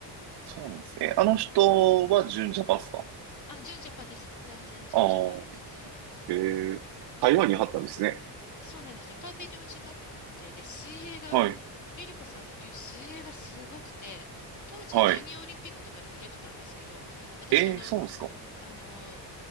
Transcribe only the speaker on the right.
そうなんですね。え、あの人は純ジャパっすか
ああー、
えー、台湾に貼ったんですね。
はい、
はい。
えー、
そうなんですか